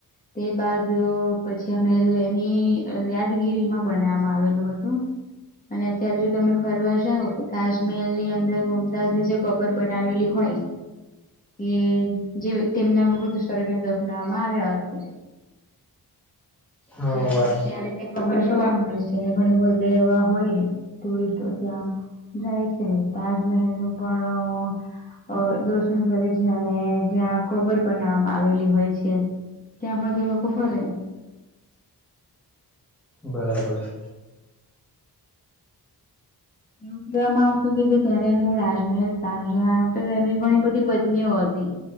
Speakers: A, on the left (about 20°); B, in the centre.
A: તે બાદ પછી અમે એની યાદગીરીમાં બનાવવામાં આવેલું હતું. અને અત્યારે જો તમે ફરવા જાાવ તો તાજમહેલ ની અંદર મુમતાજની જે. કબર બનાવેલી હોય. એ જે તેમના મૃત શરીરને દફનાવવામાં આવ્યા હશે.
B: હા
A: ત્યાડ
B: વાત
A: અત્યારે તે કબર જોવા મળે છે. એને ઘણી બધા એવા હોય ટુરિસ્ટો ત્યાં. જાય છે તાજમહેલલનું પણ. અ દર્શન કરે છે અને જ્યાં કબર બનાવવામાં આવેલી હોય છે. ત્યાં બધે લોકોક ફરે.
B: બરાબર છે.
A: એવું કહેવામાં આવતું કે જે ત્યારે ન રાજમહેલ શાહજહ ઘણી બધી પત્નીઓ હતી.